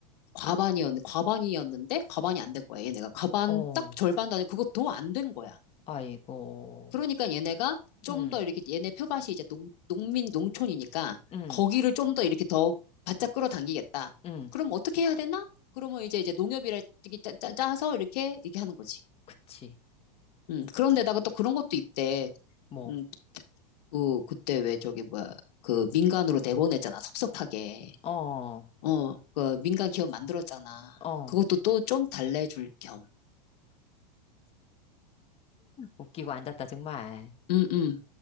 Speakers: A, on the left; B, on the left.
A: 과반이었 과반이었는데 과반이 안 된 거야. 얘네가 과반
B: 어.
A: 딱 절반도 아니고 그것도 안 된 거야.
B: 아이고,
A: 그러니까 얘네가 좀
B: 응,
A: 더 이렇게 얘네 표밭이 이제 농, 농민 농촌이니까
B: 응,
A: 거기를 좀 더 이렇게 더 바짝 끌어당기겠다.
B: 응.
A: 그럼 어떻게 해야 되나? 그러면 이제 이제 농협이라 짜, 짜, 짜서 이렇게 이렇게 하는 거지.
B: 그치.
A: 음, 그런데다가 또 그런 것도 있대.
B: 뭐,
A: 음, 그 그때 왜 저기 뭐야 그 민간으로 내보냈잖아 섭섭하게.
B: 어,
A: 어, 그 민간 기업 만들었잖아.
B: 어.
A: 그것도 또 좀 달래줄 겸.
B: 웃기고 앉았다, 정말.
A: 음, 음.